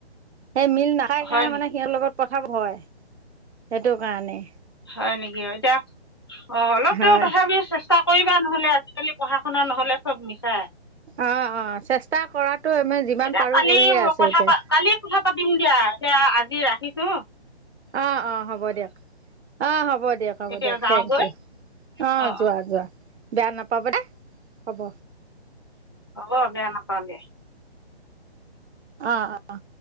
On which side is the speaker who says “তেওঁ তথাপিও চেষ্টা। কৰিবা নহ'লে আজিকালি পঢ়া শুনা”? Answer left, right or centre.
Left